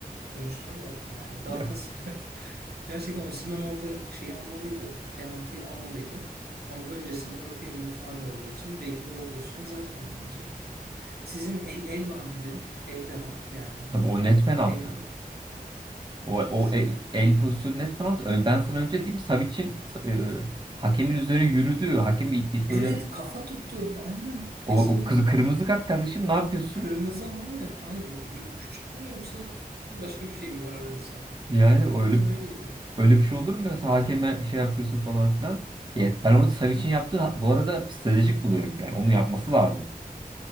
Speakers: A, on the right; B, on the right.
A: Oyuncular da haklı yani. Galatasaray
B: Ya.
A: <laughs> gerçekten Osimhen orada şeyi almalıydı. Penaltıyı almalıydı. Ama öncesinde Vakayemi'nin faul olduğu için belki de o pozisyon zaten olmayacaktı. Sizin el el var bir de. El de var yani.
B: Tabii o
A: O
B: net penaltı.
A: eldi.
B: O,
A: Evet.
B: o e- el pozisyonu net penaltı. Ö- Ben sana önce diyeyim Savic'in e, hakemin üzerine yürüdüğü, hakem i- i- böyle
A: Evet kafa tuttu. Aynen kesinlikle.
B: o, o kızı kırmızı kart kardeşim ne yapıyorsun?
A: Kırmızı abi. Aynen. Ö- Öpüştük mü yoksa başka bir şey mi var aranızda?
B: Yani
A: Hakikaten
B: öyle
A: öyleydi.
B: öyle bir şey olur mu? ya? Sen hakeme şey yapıyorsun falan filan. Evet, ben orada Savic'in
A: Evet.
B: yaptığı bu arada stratejik buluyorum. Yani onu yapması lazım.